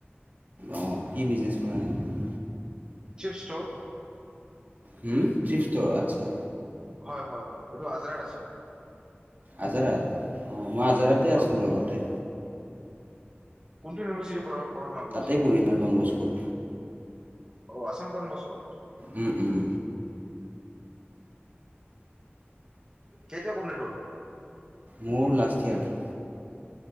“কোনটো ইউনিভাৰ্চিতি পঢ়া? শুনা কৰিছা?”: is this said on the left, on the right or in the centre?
Right